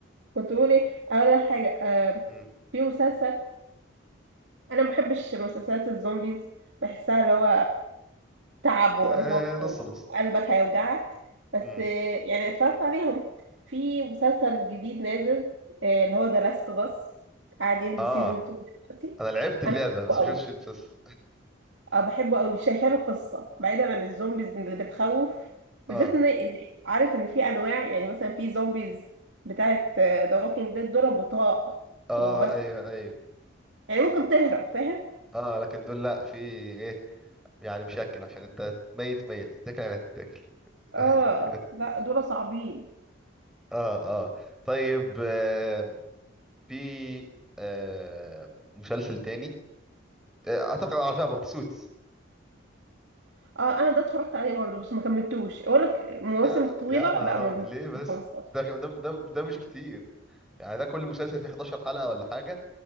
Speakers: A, on the right; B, in the centre.
A: كنت بقول ايه اقول لك حاجه آه
B: مم.
A: في مسلسل انا ما بحبش مسلسلات الزومبيز بحسها اللي هو تعب وارهاق
B: إيه نص
A: وقلبك
B: نص
A: هيوجعك بس
B: مم.
A: آه، يعني اتفرجت عليهم في مسلسل جديد نازل آه اللي هو ذا لاست اوف اس قاعد ينزل
B: اه
A: سيزون 2 دلوقتي
B: انا لعبت اللعبه
A: انا
B: بس
A: بحبه
B: ما شفتش المسلسل
A: اه بحبه قوي شايفه له قصه بعيدا عن الزومبيز اللي بتخوف بالذات
B: اه
A: ان ان عارف ان في انواع يعني مثلا في زومبيز بتاعه ذا ووكينج ديد دول بطاء
B: اه
A: وبس
B: ايوه ايوه
A: يعني ممكن تهرب فاهم
B: اه لكن دول لا في ايه يعني مشكل عشان انت ميت ميت تتاكل يعني هتتاكل
A: اه
B: <laughs>
A: لا دول صعبين
B: اه اه طيب آه في آه مسلسل تاني آه اعتقد عارفها برضه سوتس
A: اه انا ده اتفرجت عليه برضه بس ما كملتوش اقول لك المواسم
B: يا
A: الطويله
B: يا نهار
A: لا ما
B: أبيض، ليه بس
A: بخلصهاش
B: ده كم- ده ده ده مش كتير يعني ده كل مسلسل فيه 11 حلقة ولا حاجة